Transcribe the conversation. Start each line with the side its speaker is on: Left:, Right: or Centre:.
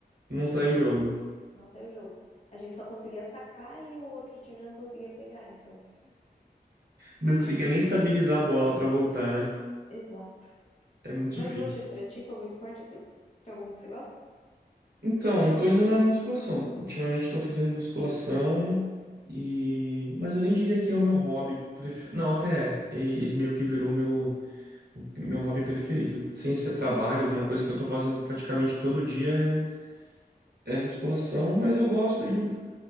Right: Não saiu
Left: mas
Right: o jogo.
Left: Não saiu o jogo. A gente só conseguia sacar e o outro time não conseguia pegar, então.
Right: Não conseguia
Left: Não,
Right: nem estabilizar a bola pra voltar, né?
Left: exato.
Right: É muito
Left: Mas
Right: difícil
Left: e você pratica algum esporte assim? Tem algum que você gosta?
Right: Então, eu tô indo na musculação. Ultimamente tô fazendo musculação e... Mas eu nem diria que é o meu hobby preferido. Não, até é. Ele, ele meio que virou meu, o meu hobby preferido. Sem ser trabalho, alguma coisa que eu tô fazendo
Left: Uhum.
Right: praticamente todo dia é, é musculação, mas eu gosto
Left: Eu te
Right: de...
Left: entendo.